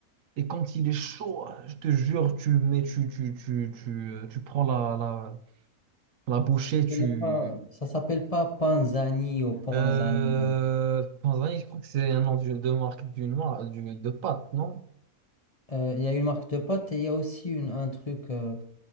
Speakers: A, on the right (about 70°); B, on the left (about 30°).
A: Et quand il est chaud, je te jure, tu mets, tu, tu, tu, tu, euh, tu prends la, la, la bouchée, tu.
B: Ce n'est pas, ça s'appelle pas Panzani ou Panzani.
A: Euh, je crois que c'est un nom de marque d'une marque, du- de pâte, non?
B: Euh, Il y a une marque de pâte et il y a aussi une, un truc euh,